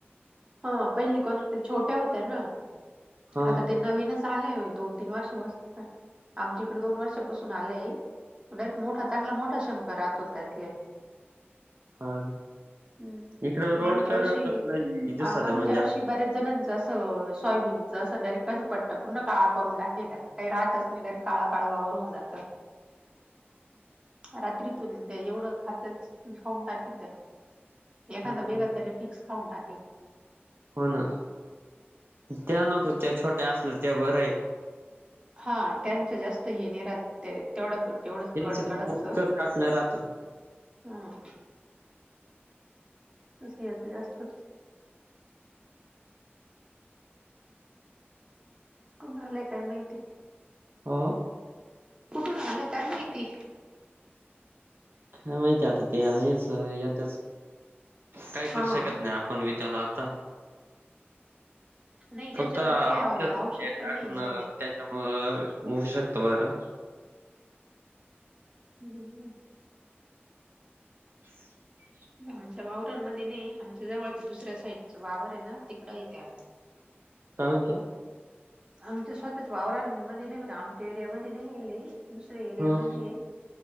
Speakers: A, on the right; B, on the right.
A: हा पहिली कोण छोट्या होत्या ना
B: हा
A: आता त्यां नवीनच आलंय दोन तीन वर्षापासून आमच्या इकडे दोन वर्षापासून आलंय. डायरेक्ट मोठा चांगला मोठा शंका राहतून त्यातले.
B: हा
A: हम्म
B: इकड
A: आता
B: रोड
A: माणूच्या
B: कर
A: वर्षी
B: दिसत
A: आमांगच्या
B: म्हणजे
A: वर्षी बऱ्याच जणांचं असं. सॉयबीनचं असं डारेक्ट कसं पटतं पूर् काळा करून टाे त्या काही रातच नाही डारेक्ट काळा काळ वावर होन जातं.
B: ह.
A: रात्रीतून ते एवढं खातच खाऊन टाकी त्या एखादा
B: हो
A: बेगा तरी फिक्स खाऊन टाके.
B: हो ना त्या नको त्या छोट्या असल्या ते बरं आहे.
A: हा त्यांचं जास्त हेि नि राहात तेवढं. तेवढंच
B: त्यांच
A: कडकडच
B: टाकण राहतो
A: हम्. तस येत जास्त कोुणा आलाय काय माहिती?
B: हा.
A: कुठून आलंय काय माहिती?
B: काय माहिती आता ते आहेच या त्याच काय
A: हा
B: करू शकत नाही आप पण वित्याला आता.
A: नाही त्याच्यावरती
B: फक्त आच्या
A: काही औ औषध पण
B: टाकण
A: नाही सध्या.
B: त्याच्यामु होऊ शकतं बरं
A: <unintelligible>
B: <unintelligible>
A: आमच्या वावरांमध्ये नाही आमच्या जवळच दुसऱ्या साईडच वावर आहे ना तिकड हाय त्या.
B: काय म्हनत्या.
A: आमच्या स्वतःच वावराामध्ये नाही आमच्या एरियामध्ये नाही आहे लई. दुसऱ्या एरिया
B: हं.
A: मध्ये आहे